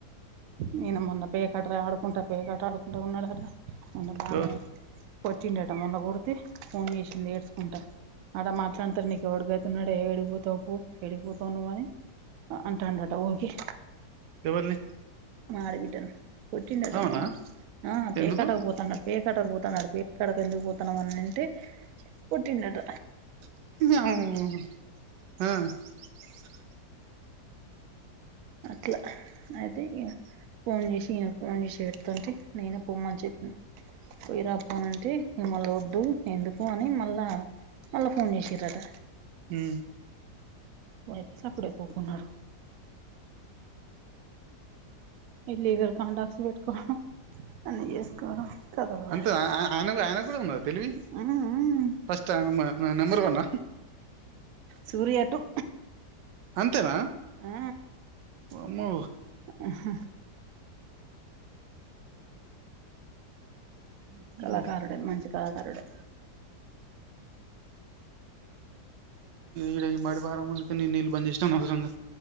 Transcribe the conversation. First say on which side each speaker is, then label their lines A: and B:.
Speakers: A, on the right; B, on the right.
A: నేను మొన్న పే కాటకాడ ఆడు కుంటా పేకాటాఆడుకుంటా ఉన్నాడు కదా మొన్న బానే
B: ఎవరు
A: వచ్చిండట మొన్న కొడితే ఫోన్ చేసింది ఏడుచుకుంటా ఆడ మాట్లాడతారు నీకు ఎవడుగతున్నడే ఎడిగిపోతావు పో ఎడిగిపోతా నువ్ అని అంటాడుట ఊరికి
B: ఎవర్ని
A: మా ఆడ బిడ్డను కొట్టిండట
B: అవునా
A: మొన్న ఆ పేకాటకు
B: ఎందుకు
A: పోతన్న పేకాటకు పోతాన్నాడు. ఎక్కడక ఎందుకు పోతాన్నాం అని అంటే కొట్టిండంట
B: న
A: అట్లా అయితే ఫోన్ చేసి ఈయనకి ఫోన్ చేసి ఏడుస్తుంటే నినే పొమ్మని చెప్పిన పోయిరాపోనంటే మిమ్మలి వద్దు ఎందుకు అని మళ్ళా మళ్ళా ఫోన్ చేసింరట
B: హు
A: వచ్చి సాప్పుడేకుకున్నారు ఇలీగల్ కాండక్స్ పెట్టుకోవడం అన్ని చేసుకోవడం కథలు పడడం
B: అంతే ఆయన ఆయన కూడా ఉన్నద తెలివి
A: మ్మ్
B: ఫస్ట్ ఆయన నెంబర్ ఈవ్ వన్
A: సూర్య అటు
B: అంతేనా
A: ఆ
B: ఓఅమ్మో
A: ఆా
B: వామ్మో
A: కళాకారుడే మంచి కలాకారుడే
B: ఇడ ఈ మడి <unintelligible> నేను నీళ్ళు బన్జేసినాను అనవసరంగా